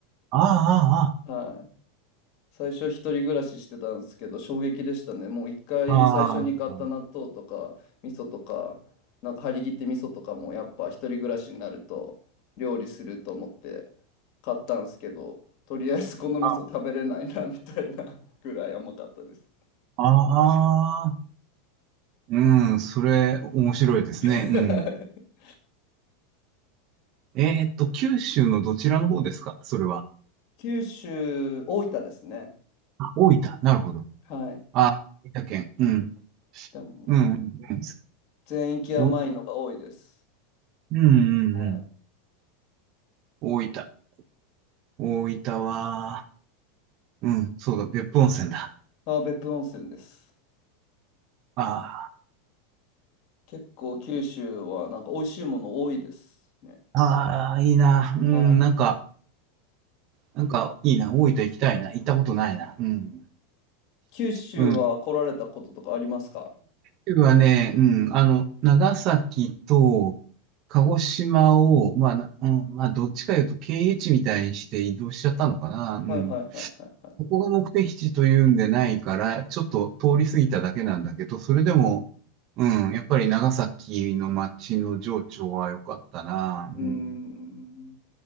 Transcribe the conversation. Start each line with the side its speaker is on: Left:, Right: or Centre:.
Right: ああ、
Left: はい。最初一人暮らししてたんですけど、衝撃でしたね。もう一回最初に買った納豆とか、
Right: ああ、あ
Left: 味噌とか、なんか張り切って味噌とかもやっぱ一人暮らしになると料理すると思って買ったんですけど、とりあえずこの味噌食べれないなみたいなぐらい甘かったです。
Right: あ、ああ、うん、それ、面白いですね。
Left: <laughs>
Right: うん。えーっと、九州のどちらの方ですかそれは。
Left: 九州、大分ですね。
Right: あ、大分。なるほど。
Left: はい。
Right: あ、大分県。うん。
Left: でも
Right: うん、うん、うん。好
Left: 全域甘いのが多いです。
Right: お、うんうんうん。
Left: はい。
Right: 大分。大分は、うん、そうだ、別府温泉だ。
Left: あ、別府温泉です。
Right: あ
Left: 結構九州はなんか美味しいもの多いですね。
Right: あ、ああ、いいな。うん、
Left: あ、
Right: なんか、なんか、いいな。大分行きたいな。行ったことないな。うん。
Left: 九州は来られたこととかありますか
Right: うん。九州はね、うん、あの、長崎と鹿児島を、まあ、なうん、まあ、どっちかいうと経由地みたいにして移動しちゃったのかな。うん。
Left: はいはいはいはいはい。
Right: ここが目的地というんでないから、ちょっと通り過ぎただけなんだけど、それでも、うん、やっぱり長崎の街の情緒は良かったな。
Left: うーん。
Right: うん